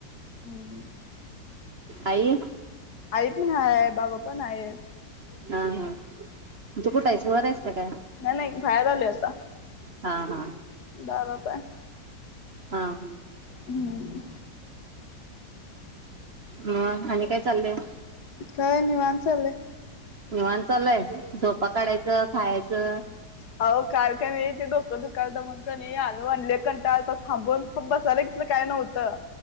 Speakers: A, on the left; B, on the right.
A: हम्म.
B: आई.
A: आई पण आहे बाबा पण आहेत.
B: हा हा. तू कुठं आहेस वर आहेस का काय
A: नाही नाही बाहेर आलोय आता.
B: हा हा.
A: दारात हाय.
B: हा हा.
A: हम्म
B: ह आणि काय चाललयं.
A: काय निवांत चाललय.
B: निवांत चालू आहे. झोपा काढायचं खायच तर.
A: आहो काल का नाही ते डोकं दुकालत म्हणून कणी आलो आणि लय कंटाळा आलता. थांबून बसायला बिहारला काय नव्हतं.